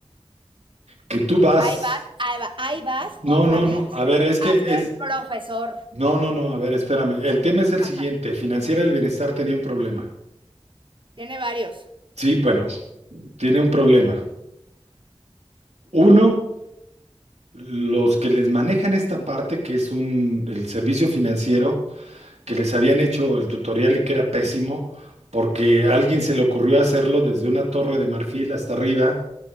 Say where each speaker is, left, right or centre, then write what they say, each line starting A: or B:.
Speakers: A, on the right (about 90°); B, on the right (about 50°).
A: que tú vas,
B: ahí vas, ahí va- ahí vas
A: no,
B: otra
A: no,
B: vez
A: no, a ver, es que
B: a ser
A: es,
B: profesor.
A: no, no, no, a ver, espérame, el tema es el
B: Ajá.
A: siguiente, Financiera del Bienestar tenía un problema,
B: Tiene varios.
A: sí, bueno, tiene un problema. Uno, los que les manejan esta parte, que es un, el servicio financiero, que les habían hecho el tutorial y que era pésimo, porque a alguien se le ocurrió hacerlo desde una torre de marfil hasta arriba,